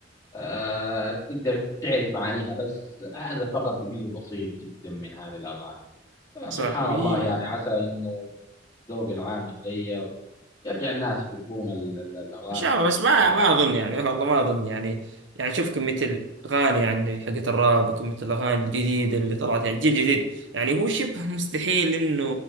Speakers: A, on the left; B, on the right.
A: آه، تقدر تعرف معانيها بس هذا فقط بجزء بسيط جدا من هذه الأغاني فسبحان
B: صح وي
A: الله يعني عسى إنه الذوق العام يتغير ويرجع الناس يحبون ال- ال- الأغاني
B: ان شاء الله بس ما
A: الأغاني
B: ما
A: الجميلة
B: اظن يعني والله ما اظن يعني يعني شوف كميه الاغاني يعني حقت الراب وكميه الاغاني الجديده اللي طلعت يعني جيل جديد يعني هو شبه <laughs> مستحيل انه